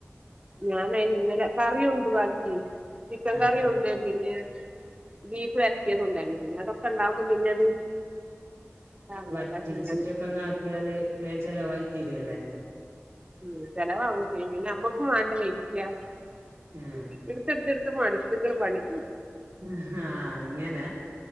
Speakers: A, on the right; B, on the right.
A: ഞാൻ അയ്ന് ഇന്നലെ കറിയൊണ്ട് ബാക്കി ചിക്കൻ
B: ആഹ്
A: കറിയുണ്ട്
B: കറി
A: പിന്നെ ബീഫ് വരട്ടിയത് ഉണ്ടായിരുന്നു പിന്നെ അതൊക്കെ ഇണ്ടാവുമ്പോ പിന്നെ അത് ഇതാവണ്ടല്ലോ
B: വറ്റിച്ചിട്ടിക്കങ്ങ്
A: ഞാന്
B: ആക്കിയാല് വേം ചെലവായി തീരുല്ലേ
A: ഉം ചെലവാകും ചെയ്യും പിന്ന നമ്മക്കും വേണ്ടീല
B: ആഹ്
A: <unintelligible> ടുത്തെടുത്ത് മടുത്ത്ക്ക്ണ് പണി
B: ആഹ് അങ്ങന